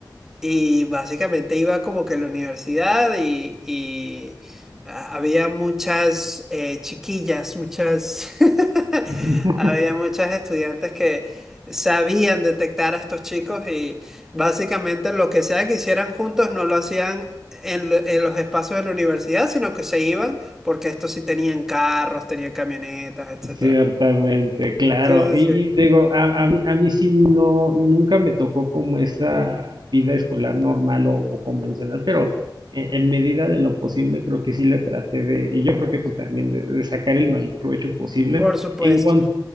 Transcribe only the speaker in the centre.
y básicamente iba como que a la universidad y, y a- había muchas eh, chiquillas, muchas, <laughs>
había muchas estudiantes que sabían detectar a estos chicos y básicamente lo que sea que hicieran juntos no lo hacían. En, lo- en los espacios de la universidad, sino que se iban porque estos sí tenían carros, tenían camionetas, etcétera.
Sí,
sí, sí.
Por supuesto.